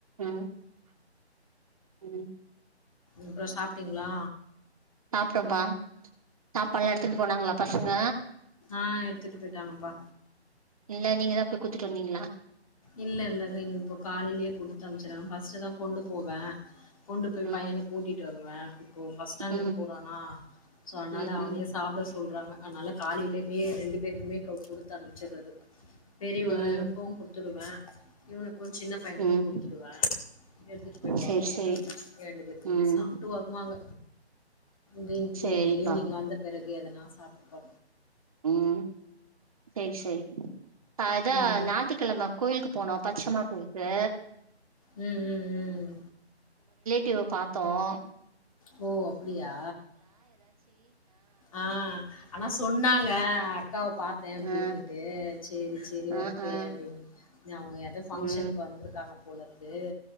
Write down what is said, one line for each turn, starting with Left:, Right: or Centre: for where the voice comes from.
Right: ம் உம்
Left: அப்றோ சாப்ட்டீங்ளா
Right: சாப்ட்டோம்பா சாப்பாட்லா எடுத்துன் போனாங்களா பசங்க
Left: ஆஹ் எடுத்துட்டு பொயிட்டாங்கப்பா
Right: இல்ல நீங்கதா போய் குடுத்துட்டு வந்தீங்களா
Left: இல்ல இல்ல த இன்னி இப்போ காலைலயே குடுத்து அம்சுருவே ஃபர்ஸ்ட்டுதா கொண்டு போவே கொண்டு போய்
Right: ம்
Left: பையனுக்கு ஊட்டிட் ட்டு வருவே இப்போ ஃபஸ்ட் ஸ்டாண்டர்ட்
Right: ம்
Left: போறானா சோ அதனால
Right: ம்
Left: அவனயே
Right: ம்
Left: சாப்ட சொல்றாங்க அதனால காலேலுமையே ரெண்டு பேருக்குமே கவ் குடுத்து அனுப்சறது பெரியவெ
Right: ம்
Left: ரோம்பவு குரு வ உம் சின்ன பையனுக்கு
Right: ம்
Left: குடுத்துருவே எடுத்துட்டு பொயிடுவாங்க
Right: சேரி சேரி
Left: ரெண்டு பேருமே
Right: ம்
Left: சாப்ட்டு வருவாங்க வீ வீட்ல
Right: சேரிப்பா
Left: ஈவ்னிங் வந்த பெறகு எதனா சாப்ட்டுப்போ
Right: ம் சேரி சேரி அதா
Left: ம்.
Right: ஞாத்திக்கெழம கோயில்க்கு போனோ பச்சமா கோயில்க்கு
Left: உம் உம் உம்
Right: டிவ பாத்தோம்
Left: ஓ ப்புடியா ஆ ஆனா சொன்னாங்க அக்காவ பாத்தே அப்டினீட்டு
Right: ஆ
Left: சேரி சேரி
Right: ஆ
Left: ஓகே
Right: ஆ
Left: அப்டின் அவுங்க எதோ ஃபங்க்ஷன்க்கு
Right: ம்
Left: வந்துருக்காங்க உனக்கு